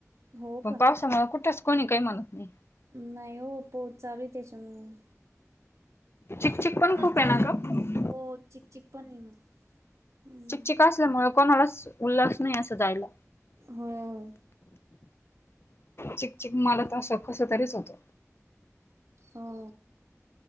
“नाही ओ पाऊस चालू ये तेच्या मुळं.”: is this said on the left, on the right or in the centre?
Right